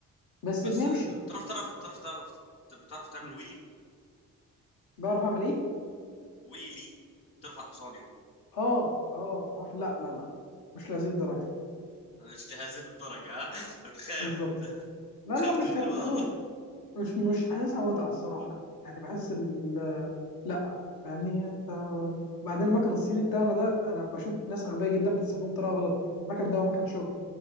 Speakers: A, on the left (about 60°); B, on the left (about 80°).
A: بس
B: بس
A: بنمشي
B: بتعرف تعرف تعرف تعرف بتعرف تعمل ويلي
A: بعرف اعمل ايه
B: ويلي بترفع الحصان يعني
A: اه اه ما- لا لا لا مش لهذه الدرجه
B: مش لهذه الدرجة ها بتخاف
A: بالظبط لا
B: تخاف
A: لا مش
B: تتقلب
A: حته
B: على
A: خوف
B: ظهرك
A: مش مش حاسسها متعه الصراحه يعني بحس ال لا فاهمني انت بعدين المكن الصيني بتاعنا ده انا بشوف ناس اغبياء جدا بتستخدمه بطريقه غلط المكن ده هو مكن شغل